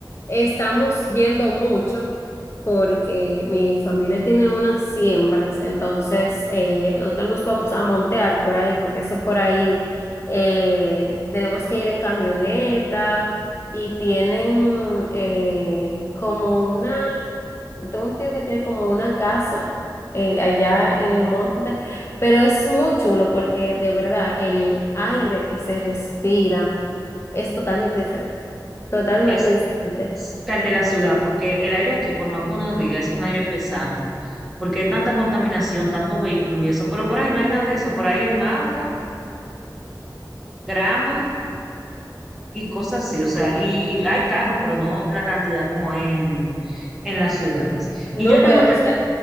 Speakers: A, on the left; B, in the centre.
A: estamos yendo mucho porque mi familia tiene unas siembras, entonces eh, nosotros nos vamos a montear por ahí, porque eso por ahí eh, tenemos que ir en camioneta y tienen eh, como una, yo tengo un tío que tiene como una casa eh, allá en el monte, pero es muy chulo porque de verdad el aire que se respira es totalmente diferente, totalmente
B: Que es
A: diferente.
B: que el de la ciudad, porque el aire aquí, por más que uno diga, es un aire pesado, porque hay tanta contaminación, tanto vehículo y eso, pero por ahí no hay nada de eso, por ahí hay mata, grama y cosas así, o sea, y, y hay carros, pero no la cantidad como hay en, en las ciudades.
A: No,
B: Y yo realmente,
A: pero, o sea,